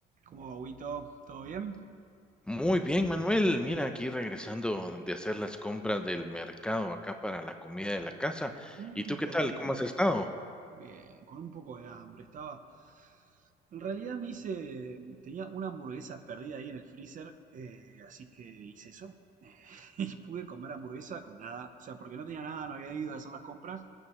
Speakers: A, on the right; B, in the centre.
A: ¿Cómo va, Huguito? ¿Todo bien?
B: Muy bien, Manuel. Mira, aquí regresando de hacer las compras del mercado acá para la comida de la casa.
A: Mmm,
B: ¿Y tú
A: qué
B: qué tal?
A: rico.
B: ¿Cómo has estado?
A: Bien, con un poco de hambre. Estaba. En realidad me hice. Tenía una hamburguesa perdida ahí en el freezer, eh, así que hice eso. <laughs> y pude comer hamburguesa con nada. O sea, porque no tenía nada, no había ido a hacer las compras.